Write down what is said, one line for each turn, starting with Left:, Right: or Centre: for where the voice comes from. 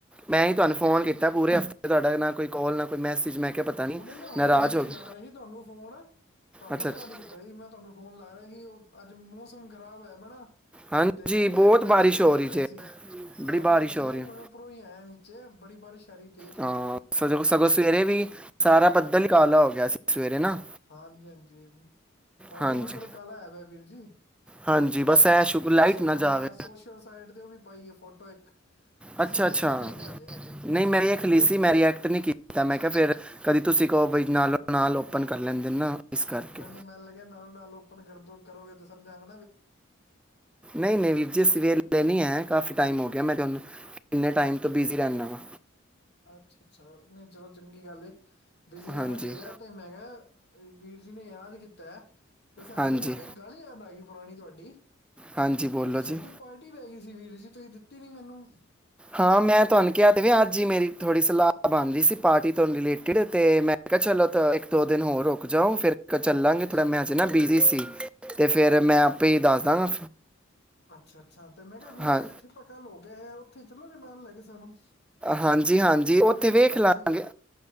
Centre: ਮੈਂ
Left: ਹਾਂਜੀ
Centre: ਹੀ ਤੁਹਾਨੂੰ
Left: ਹਾਂਜੀ
Centre: ਫੋਨ ਕੀਤਾ ਪੂਰੇ ਹਫ਼ਤੇ ਤੁਹਾਡਾ ਨ ਕੋਈ ਕਲ ਨਾ ਕੋਈ ਮੈਸੇਜ ਮੈਂ ਕਿਹਾ ਪਤਾ
Left: ਉਹ ਨਹੀਂ ਮੈਂ ਹੁਣੇ
Centre: ਨਾਰਾਜ਼
Left: ਵੀਰ
Centre: ਹੋ
Left: ਜੀ
Centre: ਗਏ
Left: ਲਾ ਰਹੇ ਸੀ ਤੁਹਾਨੂੰ ਫੋਨ ਤੁਹਾਨੂੰ
Centre: ਅੱਛਾ
Left: ਯਾਦ
Centre: ਅੱਛਾ।
Left: ਕੀਤਾ ਜੀ ਮੈਂ ਤੁਹਾਨੂੰ ਫੋਨ ਲਾ ਰਹਾ ਸੀ ਉਹ ਅੱਜ ਮੌਸਮ ਖ਼ਰਾਬ ਹੋਇਆ ਮੈ ਨਾ
Centre: ਹਾਂਜੀ
Left: ਤੇ ਨੈਟ
Centre: ਬਹੁਤ
Left: ਕਨੈਕਟ
Centre: ਬਾਰਿਸ਼
Left: ਨਹੀਂ ਹੋ
Centre: ਰਹੀ
Left: ਰਿਹਾ
Centre: ਜੇ
Left: ਸੀ
Centre: ਬੜੀ
Left: ਹਾਂਜੀ
Centre: ਬਾਰਿਸ਼
Left: ਹਾਂਜੀ
Centre: ਹੋ
Left: ਮੈਂ
Centre: ਰਹੀ
Left: ਵੀ
Centre: ਹੈ
Left: ਹੁਣੇ ਉਪਰੋਂ ਹੀ ਆਇਆ ਨ ਚੇ ਬੜੀ ਬਾਰਿਸ਼ ਆ ਰਹੀ ਤੇਜ਼
Centre: ਹਾਂ ਸਗੋਂ ਸਗੋਂ ਸਵੇਰੇ ਵੀ ਸਾਰਾ ਪਤਾ ਅੱਧਲੀ ਕਾਲਾ ਹੋ ਗਿਆ ਸੀ ਸਵੇਰੇ ਨਾ
Left: ਹਾਂਜੀ ਹਾਂਜੀ ਹੁਣੇ
Centre: ਹਾਂਜੀ
Left: ਹੀ ਬੱਦਲ ਕਾਲ ਐ ਪ ਵੀਰ ਜੀ
Centre: ਹਾਂਜੀ ਬਸ ਐ ਸ਼ੁਕਰ ਲਾਈਟ
Left: ਸਗੋਂ
Centre: ਨਾ ਜਾਵੇ
Left: ਮੈਂ ਸੋਸ਼ਲ ਸਾਈਡ ਤੇ ਉਹ ਵੀ ਪਾਈਏ ਫੋਟੋ ਇੱਕ ਤੁਸੀਂ
Centre: ਅੱਛਾ
Left: ਵੇਖੀ
Centre: ਅੱਛਾ
Left: ਨਹੀਂ ਹੋਣੀ ਅਜੇ
Centre: ਨਹੀਂ ਮੈਂਰੀ ਖਲੀਸੀ ਮੈਂ ਐਕਟ ਨਹੀਂ ਕੀਤਾ
Left: ਅੱਛਾ
Centre: ਮੈਂ ਕਿਹਾ
Left: ਅੱਛਾ
Centre: ਫਿਰ ਕਦੀ ਤੁਸੀਂ ਕਹੋ ਬਈ ਨਾਲੋਂ ਨਾਲ ਓਪਨ ਕਰ ਲੈਂਦੇ ਨੇ ਨਾ ਇਸ ਕਰਕੇ
Left: ਨ ਨੀ ਮੈਨ ਲੱਗਿਆ ਨਾਲ-ਨਾਲ ਓਪਨ ਗਰਦੀ ਕਰੋਗੇ ਤੁਸੀਂ ਸਮਝਾ <inaudible>
Centre: ਨਹੀਂ-ਨਹੀਂ ਵੀਰ ਜੀ ਸਵੇਰ ਤੇ ਨਹੀਂ ਹੈ। ਕਾਫੀ ਟਾਈਮ ਹੋ ਗਿਆ। ਮੈਂ ਤੁਹਾਨੂੰ ਕਿੰਨੇ ਟਾਈਮ ਤੋਂ ਬਿਜ਼ੀ ਰਹਿੰਣਾ ਵਾਂ।
Left: ਅੱਛਾ-ਅੱਛਾ। ਨਹੀਂ ਚਲੋ ਚੰਗੀ ਗੱਲ ਏ ਬਿਜੀ ਰਹਿਣਾ
Centre: ਹਾਂਜੀ
Left: ਚਾਹੀਦਾ। ਤੇ ਮੈਂ ਕਿਹਾ ਵੀਰ ਜੀ ਨੇ ਯਾਦ ਕੀਤਾ ਐ ਤੇ ਸਾਨੂੰ
Centre: ਹਾਂਜੀ
Left: ਇਹ ਇਕ ਗੱਲ ਯਾਦ ਆ ਗਈ ਪੁਰਾਣੀ ਤੁਹਾਡੀ
Centre: ਹਾਂਜੀ ਬੋਲੋ
Left: ਉਹ ਸਾਡੀ
Centre: ਜੀ
Left: ਪਾਰਟੀ ਰੈ ਗਈ ਸੀ। ਜੀ ਵੀਰ ਜੀ ਤੁਸੀਂ ਦਿੱਤੀ ਨੀ ਮੈਨੂੰ।
Centre: ਹਾਂ ਮੈਂ ਤੁਹਾਨੂੰ ਕਿਹਾ ਤੇ ਵ ਅੱਜ ਹੀ ਮੇਰੀ ਥੋੜੀ ਸਲਾਹ ਬਣ ਰਹੀ ਸੀ। ਪਾਰਟੀ ਤੋਂ ਰਿਲੇਟਿਡ ਤੇ ਮੈਂ ਕਿਹਾ ਚਲੋ ਇੱਕ ਦੋ ਦਿਨ ਹੋਰ ਰੁਕ ਜਾਓ। ਫਿਰ ਚੱਲਾਂਗੇ
Left: ਅੱਛਾ
Centre: ਥੋੜਾ ਮੈਂ ਚ ਨਾ ਬਿਜੀ ਸੀ ਤੇ ਫੇਰ ਮੈਂ ਆਪੇ ਹੀ ਦੱਸ ਦਾਂਗਾ।
Left: ਅੱਛਾ-ਅੱਛਾ। ਤੇ ਮੈਂ ਕਿਹਾ ਵੀਰ
Centre: ਹਾਂ
Left: ਜੀ ਜਿੱਥੇ ਤਾਂ ਕਲ ਹੋ ਗਿਆ ਹੈ। ਉੱਥੇ ਚਲੋ ਗੇ ਨਾਲ ਲੇਹ ਕੇ ਸਾਨੂੰ।
Centre: ਹਾਂਜੀ-ਹਾਂਜੀ ਉੱਥੇ
Left: ਬੜੀ ਵਧੀਆ
Centre: ਵੇਖ
Left: ਜਗ੍ਹਾ
Centre: ਲਾਂਗੇ।
Left: ਸੀ ਉਹ